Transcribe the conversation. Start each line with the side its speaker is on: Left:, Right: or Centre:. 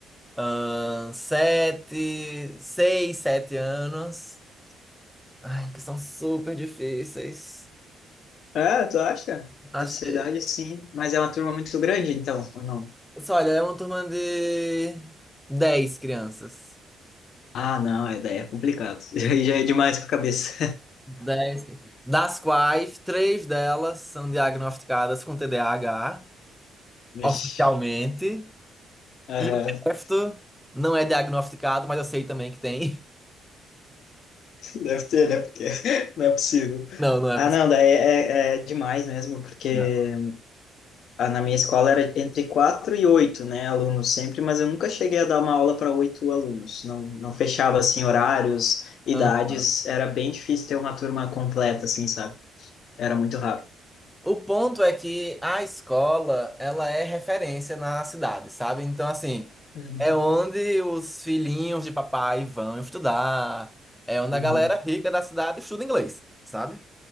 Centre: ahn, sete, seis, sete anos. Ai, que são super difíceis.
Left: Ah, tu acha?
Centre: Achei.
Left: A idade sim, mas é uma turma muito grande, então, ou não?
Centre: Só, olha, é uma turma de dez crianças.
Left: Ah, não, é, daí é complicado. <laughs> Aí já é demais pra cabeça.
Centre: Dez, das quais três delas são diagnosticadas com TDAH
Left: <laughs> Vixe.
Centre: oficialmente,
Left: Aham.
Centre: e o resto não é diagnosticado, mas eu sei também que tem.
Left: Deve ter, né? Porque <laughs> não é possível.
Centre: <laughs> Não, não é
Left: Ah,
Centre: possível.
Left: não, daí é, é é demais mesmo, porque
Centre: Não.
Left: Ah, na minha escola era entre quatro e oito, né, alunos sempre, mas eu nunca cheguei a dar uma aula para oito alunos. Não, não fechava assim horários, idades,
Centre: Aham.
Left: era bem difícil ter uma turma completa, assim, sabe? Era muito raro.
Centre: O ponto é que a escola, ela é referência na cidade, sabe? Então, assim,
Left: Uhum,
Centre: é onde os filhinhos de papai vão estudar, é onde
Left: uhum.
Centre: a galera rica da cidade estuda inglês, sabe?